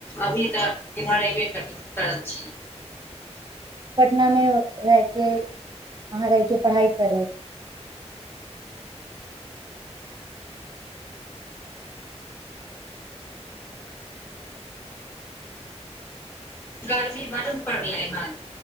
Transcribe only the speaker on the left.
अभी तऽ इधर अबे कर करल छियै
गर्मी बड्ड पड़ल हन